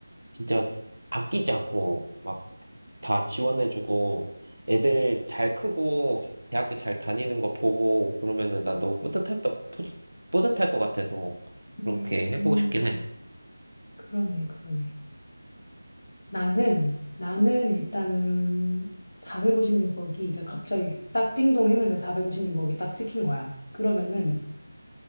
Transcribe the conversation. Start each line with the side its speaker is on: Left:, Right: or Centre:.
Right: 진짜 아끼지 않고 막 다 지원해주고 애들 잘 크고 대학교 잘 다니는 거 보고 그러면은 난 너무 뿌듯할 것, 뿌- 뿌듯할 것 같아서 그렇게
Left: 음,
Right: 해보고 싶긴 해.
Left: 그러네, 그러네. 나는, 나는 일단은 456억이 이제 갑자기 딱 띵동 했는데 456억이 딱 찍힌 거야. 그러면은